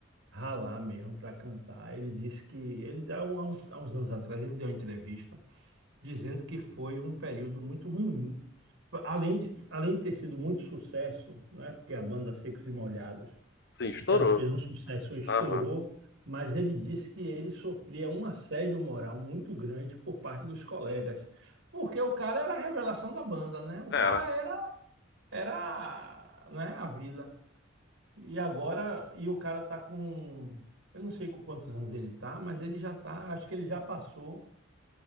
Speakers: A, on the right; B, on the left.
A: ralar mesmo, para cantar. Ele disse que ele há um- há uns, há uns anos atrás ele deu uma entrevista dizendo que foi um período muito ruim. Além de, além de ter sido muito sucesso, né? Porque a banda Secos e Molhados
B: Sim, estourou.
A: Ela fez um sucesso, estourou,
B: Aham.
A: mas ele disse que ele sofria um assédio moral muito grande por parte dos colegas. Porque o cara era a revelação da banda, né? O
B: Era.
A: cara era, era, né, a vida. E agora, e o cara tá com, eu não sei com quantos anos ele tá, mas ele já tá, acho que ele já passou,